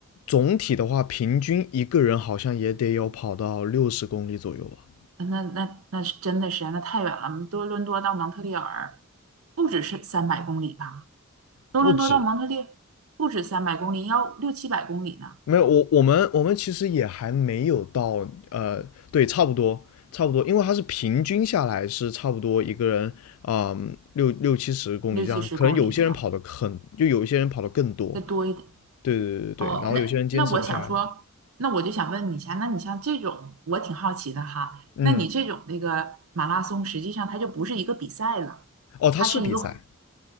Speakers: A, on the left; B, on the right.
A: 总体的话，平均一个人好像也得有跑到六十公里左右吧，
B: 那那那是真的是那太远了，多伦多到蒙特利尔不只是三百公里吧？多伦多到蒙特利不止三百公里，
A: 不止。
B: 要六七百公里呢，
A: 没有，我我们我们其实也还没有到，呃，对，差不多差不多，因为它是平均下来是差不多一个人，嗯，六六七十公里这样，
B: 六七十公里哈，
A: 可能有些人跑的很，就有一些人跑的更多，
B: 再多一点。
A: 对对对对对，
B: 哦，
A: 然后有些人坚持不下来，
B: 那那我想说，那我就想问你一下，那你像这种，我挺好奇的哈，
A: 嗯，
B: 那你这种那个马拉松，实际上它就不是一个比赛了，
A: 哦，他是比赛，
B: 它是一个活